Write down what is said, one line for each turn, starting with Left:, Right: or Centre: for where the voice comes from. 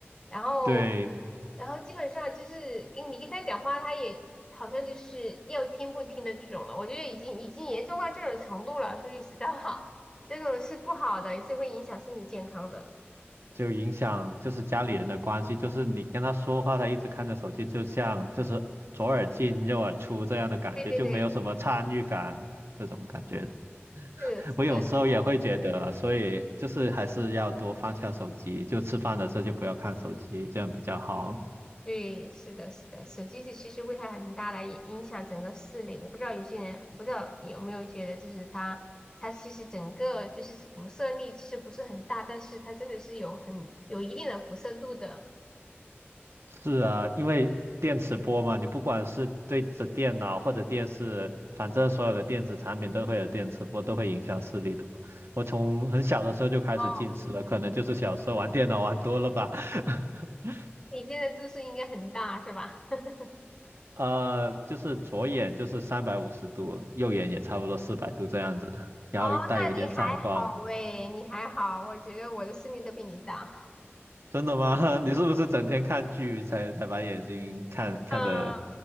Left: 然后，
Right: 对，
Left: 然后基本上就是跟你跟他讲话，他也好像就是要听不听的这种的。我觉得已经已经严重到这种程度了。说句实在话，这种是不好的，也是会影响身体健康的。
Right: 就影响就是家里人的关系，就是你跟他说话，他一直看着手机，就像就是左耳进右耳出这样的感觉，
Left: 对对对，
Right: 就没有什么参与感这种感觉。<laughs>
Left: 是的，是的，
Right: 我有时候也会觉得，所以就是还是要多放下手机，就吃饭的时候就不要看手机，这样比较好。
Left: 对，是的，是的，手机其实危害很大的，影响整个视力。我不知道有些人，我不知道有没有觉得，就是它，它其实整个就是辐射力其实不是很大，但是它真的是有很有一定的辐射度的，
Right: 是啊，因为电磁波嘛，你不管是对着电脑或者电视，反正所有的电子产品都会有电磁波，都会影响视力的嘛。我从很小的时候就开始近视了，
Left: 哦，
Right: 可能就是小时候玩电脑玩多了吧。<laughs>
Left: 你这在度数应该很大，是吧？<laughs>
Right: 呃，就是左眼就是三百五十度，右眼也差不多四百度这样子，然后带有一点散光。
Left: 哦，那你还好喂，你还好，我觉得我的视力都比你大。<laughs>
Right: 真的吗？<laughs> 你是不是整天看剧才才把眼睛看看的
Left: 嗯。